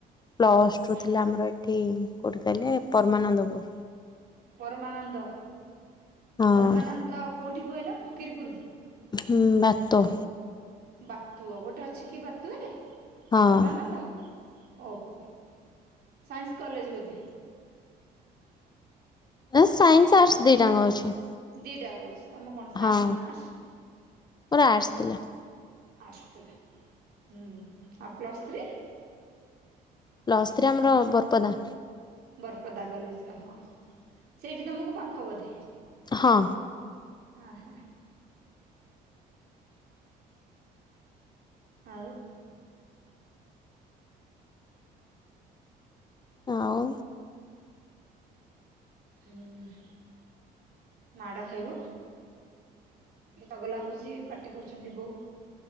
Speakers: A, on the left; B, on the right.
A: ପ୍ଲସ ରୁ
B: ହୁଁ
A: ଥିଲା ଆମର ଏ ଠିକ୍ କେଉଠି କହିଲେ ପରମାନନ୍ଦପୁର।
B: ପରମାନନ୍ଦ
A: ହଁ
B: ପରମାନନ୍ଦ କୋଉଠି କୁହିଲ ଫକୀରପୁର।
A: ହୁଁ ବାତ।
B: ବାତୁଅ ଗୋଟେ ଅଛି କି ବାତୁଆରେ
A: ହଁ
B: ପରମାନନ୍ଦ? ଓହୋ ସାଇନ୍ସ କଲେଜ ବୋଧେ?
A: ସାଇନ୍ସ ଆର୍ଟସ ଦି ଟାଙ୍କା ଅଛି।
B: ଦିଟା ଙ୍କ ଅଛି ତମେ କଣ ସାଇନ୍ସ
A: ହଁ
B: ନା ଆସ?
A: ମୋର ଆର୍ଟସ୍ ଥିଲା।
B: ଆର୍ଟ୍ସ ଥିଲା ହୁଁ ଆଉ ପ୍ଲସ୍ ଥ୍ରୀ
A: ପ୍ଲସ ଥ୍ରୀ ଆମର ବରପଦା
B: ବରପଦା କଲେଜ ଓହୋ ସେଇଠି ତମକୁ ପାଖ ବଧେ
A: ହଁ
B: ଆ ହା ଆ ଉ
A: ଆଉ
B: ହୁଁ ମାଡ ଖାଇବ ଟଗଲା ହଉଛି ପାଟି କରୁଛନ୍ତି ବୋଉ